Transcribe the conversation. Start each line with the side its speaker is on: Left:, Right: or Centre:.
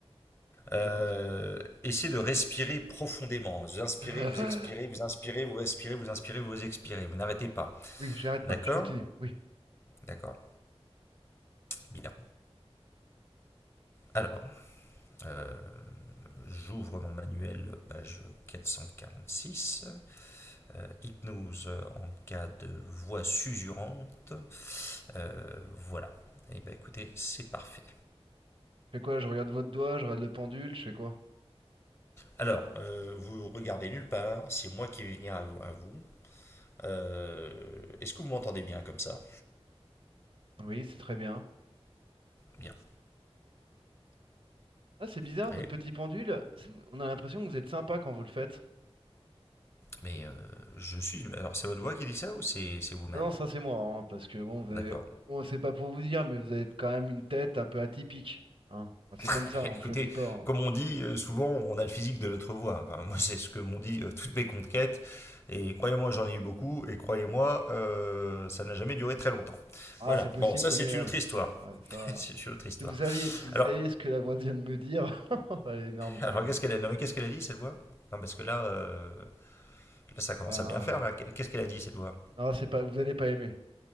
Right: Je
Left: Euh,
Right: vous écoute.
Left: essayez de respirer profondément. Vous inspirez,
Right: <laughs>
Left: vous expirez, vous inspirez, vous respirez, vous inspirez, vous expirez. Vous n'arrêtez pas.
Right: Oui, j'arrête
Left: D'accord
Right: pas, je continue. Oui.
Left: D'accord. Bien. Alors, euh, j'ouvre mon manuel, page 446. Euh, Hypnose en cas de voix susurrante. Euh, voilà. Et bah écoutez, c'est parfait.
Right: Je fais quoi? Je regarde votre doigt, je regarde le pendule, je fais quoi?
Left: Alors, euh, vous regardez nulle part, c'est moi qui vais venir à vous. à vous. Euh, Est-ce que vous m'entendez bien comme ça
Right: Oui, c'est très bien.
Left: Bien,
Right: Ah, c'est bizarre,
Left: prêt.
Right: votre petit pendule, c'est- on a l'impression que vous êtes sympa quand vous le faites.
Left: Mais euh, je suis. Alors, c'est votre voix qui dit ça ou c'est vous-même
Right: Ah non, ça c'est moi, hein, parce que bon, vous avez-
Left: D'accord.
Right: bon, c'est pas pour vous dire, mais vous avez quand même une tête un peu atypique. Hein. Enfin, c'est
Left: <laughs>
Right: comme ça, on
Left: Écoutez,
Right: choisit pas. hein.
Left: comme on dit euh, souvent, on a le physique de notre voix. Enfin, moi, c'est ce que m'ont dit euh, toutes mes conquêtes. Et croyez-moi, j'en ai eu beaucoup. Et croyez-moi, euh, ça n'a jamais duré très longtemps.
Right: Ah,
Left: Voilà.
Right: c'est possible
Left: Bon, ça,
Right: qu'on
Left: c'est
Right: ait.
Left: une
Right: Ouais.
Left: autre histoire.
Right: Ouais,
Left: <laughs>
Right: ça...
Left: c'est une autre histoire.
Right: Si vous saviez, si vous
Left: Alors,
Right: saviez ce que la voix vient de me dire, <laughs> elle est énorme quand
Left: Alors
Right: même.
Left: qu'est-ce qu'elle a... non, mais qu'est-ce qu'elle a dit cette voix Non parce que là, euh, là ça commence
Right: Ben,
Left: à bien faire là. Qu'est-ce qu'elle a dit cette voix
Right: non, c'est pas, vous allez pas aimer.